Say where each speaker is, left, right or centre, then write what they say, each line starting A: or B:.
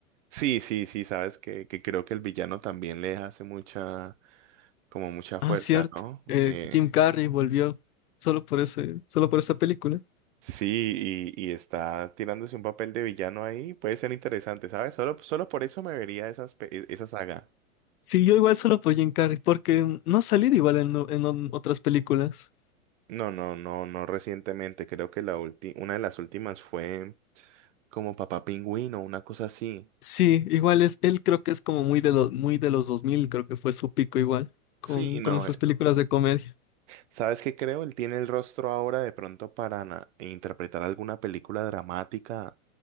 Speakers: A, on the right; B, on the left.
A: Sí, sí, sí, sabes que, que creo que el villano también le hace mucha, como mucha
B: Ah,
A: fuerza,
B: cierto.
A: ¿no?
B: eh,
A: Eh,
B: Jim Carrey volvió solo por ese, solo por esa película.
A: sí, y, y está tirándose un papel de villano ahí, puede ser interesante, ¿sabes? Solo, solo por eso me vería esas, pe- e- esa saga.
B: Sí, yo igual solo por Jim Carrey, porque no ha salido igual en, o- en on- otras películas.
A: No, no, no, no recientemente, creo que la ulti- una de las últimas fue como Papá Pingüino, una cosa así.
B: Sí, igual es, él creo que es como muy de los, muy de los 2000. creo que fue su pico igual, con,
A: Sí, no.
B: con esas
A: eh,
B: películas de comedia,
A: ¿Sabes qué creo? Él tiene el rostro ahora de pronto para na- interpretar alguna película dramática